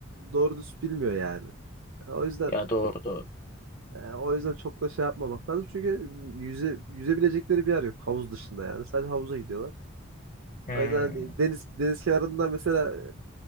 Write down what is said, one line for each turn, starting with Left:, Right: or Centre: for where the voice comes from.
Right: doğru düz bilmiyor yani. O yüzden
Left: Ya doğru doğru.
Right: Yani o yüzden çok da şey yapmamak lazım. Çünkü yüze, yüzebilecekleri bir yer yok. Havuz dışında yani. Sadece havuza gidiyorlar.
Left: Hmm.
Right: O yüzden hani deniz deniz kenarında mesela e,